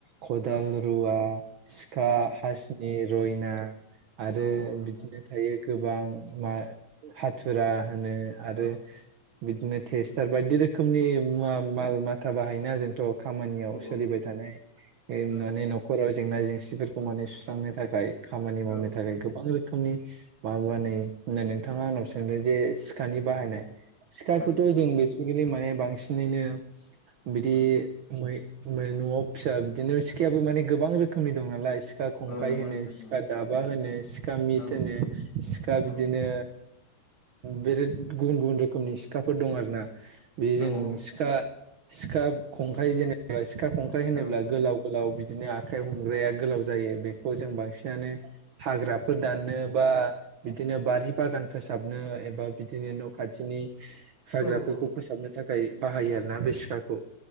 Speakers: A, on the right; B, on the left.
A: खदाल
B: औ
A: रुवा सिखा
B: औ
A: हासिनि रयना आरो
B: औ औ नंगौ
A: बिदिनो थायो। गोबां मा हाथुरा होनो आरो
B: औ
A: बिदिनो टेस्टार बायदि रोखोमनि मुवा माल माथा बाहायोना जोंथ' खामानियाव
B: औ
A: सोलिबाय थानाय
B: औ
A: माने न'खराव जेंना जेंसिफोरखौ माने सुस्रांनो थाखाय खामानि मावनो
B: औ
A: थाखाय गोबां रोखोम खोमनि माब बा नै होननानै नोंथाङा आंनाव सोंदों जे खानि बाहायनाय सिखाखौथ'
B: औ
A: जों बेसिकेलि माने बांसिनैनो बिदि
B: औ
A: <unintelligible> न'आव फिसा बिदिनो सिखायाबो माने गोबां रोखोमनि दं नालाय। सिखा खंखाइ
B: औ नंगौ
A: होनो
B: नोंथां नंगौ
A: सिखा दाबा होनो सिखा मिट
B: औ
A: होनो सिखा
B: औ
A: बिदिनो बिराद गुबुन गुबुन रोखोमनि सिखाफोर दं आरो ना बे जों
B: औ औ
A: सिखा सिखा खंखाइ जेनेबा सिखा खंखाइ होनोब्ला
B: औ
A: गोलाव गोलाव बि दिनो आखाइ हमग्राया गोलाव जायो बेखौ जों बांसिनानो हाग्राफोर दाननो बा बिदिनो बारि बागान फोसाबनो एबा बिदिनो न' खाथिनि हाग्राफोरखौ
B: औ औ
A: फोसाबनो थाखाय बाहायो आरोना बे सिखाखौ।